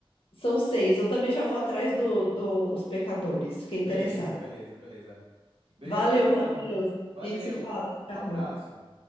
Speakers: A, on the left; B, on the right.
A: São seis. Eu também já vou atrás do, do Os Pecadores. Fiquei
B: Beleza,
A: interessada.
B: beleza, beleza. Obrigadão
A: Valeu,
B: então,
A: Matheus.
B: viu?
A: A
B: Valeu,
A: gente se fala.
B: um, a- um
A: Tchau.
B: abraço.